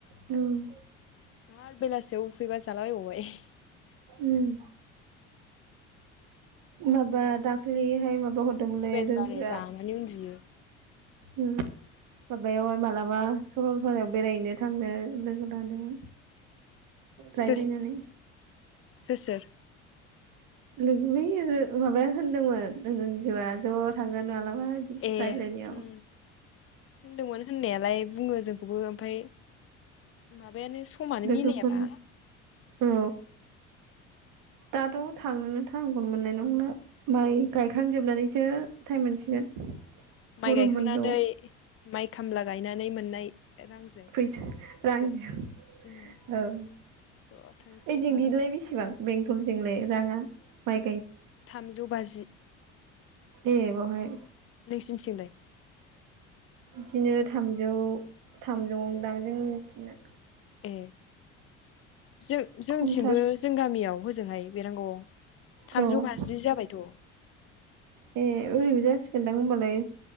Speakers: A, on the right (about 65°); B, on the left (about 40°).
A: उम
B: ह बेलासेयाव उफैबा जालाबायबावबाय
A: उम
B: मोनायाव
A: माबा
B: मोनायावथ'
A: दाखलैहाय माबा हरदोंमोनलै
B: सेभेन
A: रन्जुआ
B: बानो जानानै उन्दुयो
A: उम माबायावहाय मालाबा सरलपारायाव बेरायहैनो थांनो लोगो लादोंमोन रायलि
B: सोर
A: नालै
B: सोर सोर
A: लोगो बे माबाया होनदोंमोन रनजुआ ज' थांगोन मालाबा मादि
B: ए
A: रायज्लायनायाव
B: उम होनदोंमोन होननायालाय बुङो जोंखौबो ओमफाय माब बेनो समानो
A: लोगोफोर
B: मिलायाबा
A: औ दाथ थांनोनो टाइमखौनो मोननाय नंला माइ
B: औ
A: गायखांजोबनानैसो टाइम मोनसिगोन
B: उम माइ
A: गरम
B: गायखांनानै
A: बन्द
B: माइ खामला गायनानै मोननाय रांजों
A: फैसा रांजों
B: ज' उम
A: औ
B: ज' थांसै
A: ओइजों
B: मालाबा
A: बिलाय बेसेबां बेंटलजोंलाय। जा बाय
B: थामजौ बाजि
A: देबहाय।
B: नोंसिनिथिंलाय
A: बिदिनो थामजौ थामजौदां जों मिथिंनो।
B: ए जों जोंथिंबो
A: खमथार
B: जों गामियाव होजोंहाय बे रोंग' थामजौ
A: हजों औ
B: बाजि जाबायथ'।
A: ए ओरैबो जासिगोनदां होमबालाय